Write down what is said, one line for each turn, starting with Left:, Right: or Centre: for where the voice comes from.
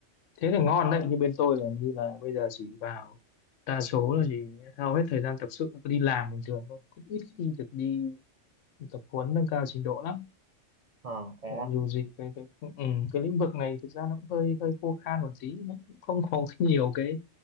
Left: thế thì ngon đấy như bên tôi là như là bây giờ chỉ vào đa số là chỉ hầu hết thời gian tập sự là cứ đi làm bình thường thôi cũng ít khi được đi tập huấn nâng cao trình độ lắm
Right: à thế à
Left: Tại dù gì cái cái ừ, ừ, cái lĩnh vực này thực ra nó cũng hơi hơi khô khan một tí nó cũng không có <laughs> nhiều cái